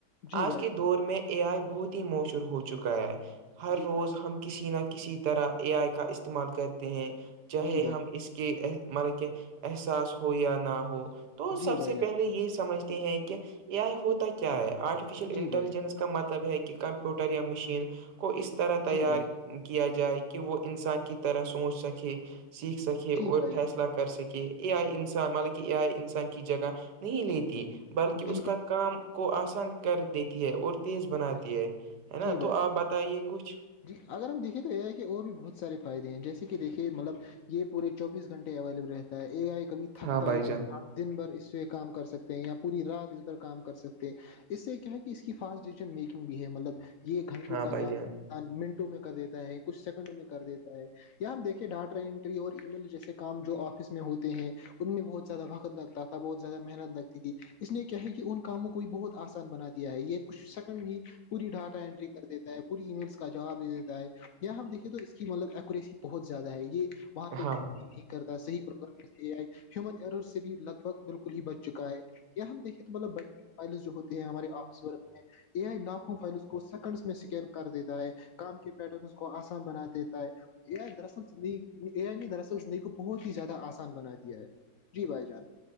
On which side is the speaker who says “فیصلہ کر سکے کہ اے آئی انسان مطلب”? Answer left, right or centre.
Right